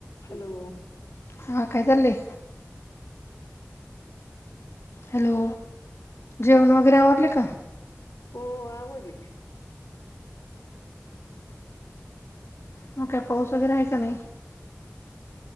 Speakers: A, on the left; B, on the left.
A: Hello
B: हां काय चाललंय? हॅलो जेवण वगैरे आवरले का?
A: हो आवडली.
B: हाव काय पाऊस वगैरे आहे का नाही?